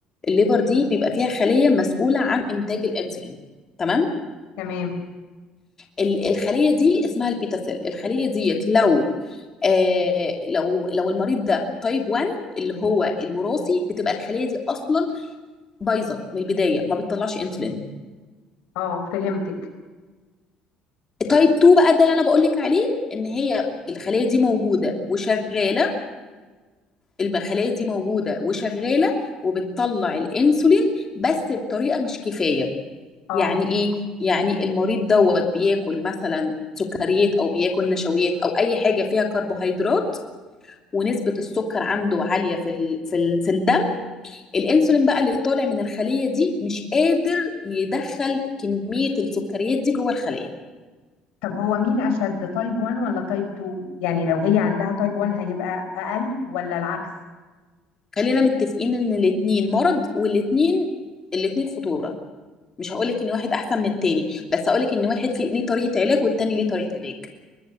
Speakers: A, on the left; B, on the left.
A: الليفر دي بيبقى فيها خلية مسؤولة عن إنتاج الأنسولين تمام
B: تمام
A: ال- الخلية دي اسمها البيتا سيل الخلية ديت لو آه لو لو المريض ده تايب 1 اللي هو الوراثي بتبقى الخلية دي أصلا بايظة من البداية ما بتطلعش أنسولين
B: اه فهمتك
A: تايب 2 بقى ده اللي أنا بقولك عليه إن هي الخلية دي موجودة وشغالة الخلية دي موجودة وشغالة وبتطلع الأنسولين بس بطريقة مش كفاية
B: اه
A: يعني ايه يعني المريض دوت بياكل مثلا سكريات او بياكل نشويات او اي حاجه فيها كربوهيدرات ونسبه السكر عنده عاليه في ال... في ال... في الدم الانسولين بقى اللي طالع من الخليه دي مش قادر يدخل كميه السكريات دي جوه الخليه
B: طب هو مين اشد تايب 1 ولا تايب 2 يعني لو هي عندها تايب 1 هيبقى اقل ولا العكس
A: خلينا متفقين ان الاتنين مرض والاتنين الاتنين خطوره مش هقولك ان واحد احسن من التاني بس هقولك ان واحد فيه ليه طريقه علاج والتاني ليه طريقه علاج